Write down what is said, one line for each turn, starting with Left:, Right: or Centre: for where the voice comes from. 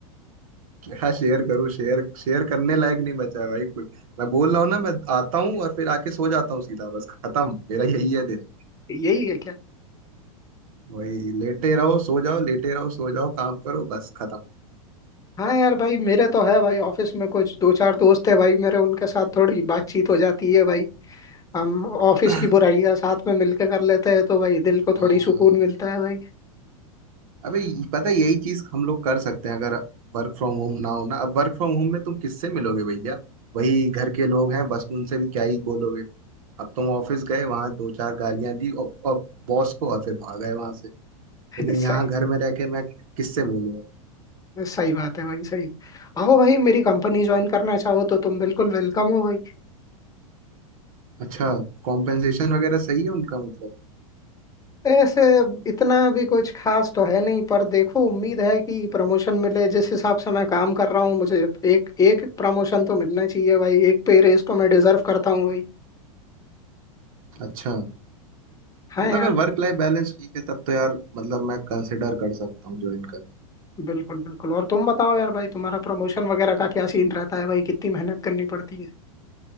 Right: क्या शेयर करूं शेयर शेयर करने लायक नहीं बचा है भाई कुछ मैं बोल रहा हूँ ना मैं आता हूँ और फिर आके सो जाता हूँ सीधा बस खत्म मेरा यही है दिन
Left: यही है क्या?
Right: वही लेटे रहो सो जाओ लेटे रहो सो जाओ काम करो बस खत्म
Left: हाँ यार भाई मेरे तो है भाई ऑफिस में कुछ दो चार दोस्त है भाई मेरे उनके साथ थोड़ी बातचीत हो जाती है भाई हम ऑफिस
Right: <clears throat>
Left: की बुराइयां साथ में मिलकर कर लेते हैं तो भाई दिल को
Right: हाँ
Left: थोड़ी सुकून मिलता है भाई
Right: अबे ये- पता है, यही चीज हम लोग कर सकते हैं अगर वर्क फ्रॉम होम ना हो ना अब वर्क फ्रॉम होम में तुम किससे मिलोगे भैया वही घर के लोग हैं बस उनसे भी क्या ही बोलोगे अब तुम ऑफिस गए वहां दो चार गालियां दी और, और बॉस को और फिर भाग गए वहां से
Left: <laughs>
Right: लेकिन
Left: सही
Right: यहाँ घर में रह के मैं किससे बोलूँ
Left: सही बात है भाई सही आओ भाई मेरी कंपनी ज्वाइन करना चाहो तो तुम बिल्कुल वेलकम हो भाई
Right: अच्छा कॉम्पेंसेशन वगैरह सही है उनका मतलब
Left: ऐसे इतना भी कुछ खास तो है नहीं पर देखो उम्मीद है कि प्रमोशन मिले जिस हिसाब से मैं काम कर रहा हूँ मुझे एक एक प्रमोशन तो मिलना चाहिए भाई एक पे रेस तो मैं डिजर्व करता हूँ भाई
Right: अच्छा
Left: हाँ
Right: मतलब
Left: यार
Right: अगर वर्क लाइफ बैलेंस ठीक है तब तो यार मतलब मैं कंसिडर कर सकता हूँ ज्वाइन करना
Left: बिल्कुल बिल्कुल और तुम बताओ यार भाई तुम्हारा प्रमोशन वगैरह का क्या सीन रहता है भाई कितनी मेहनत करनी पड़ती है